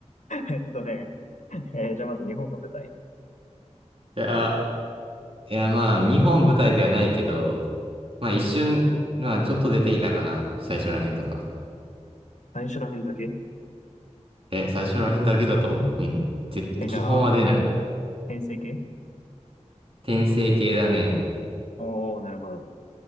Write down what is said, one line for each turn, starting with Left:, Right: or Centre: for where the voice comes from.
Left: えっとね。えーじゃあまず日本が舞台。
Right: <laughs> いやいや、まあ、日本舞台ではないけど、まあ一瞬、まあちょっと出てきたかな。最初らへんとか。
Left: 最初ら辺だけ
Right: え、最初らへんだけだと思う。うん。ぜ基本は出ない。
Left: え、じゃあ、転転生系
Right: 転生系だね。
Left: おー、なるほど。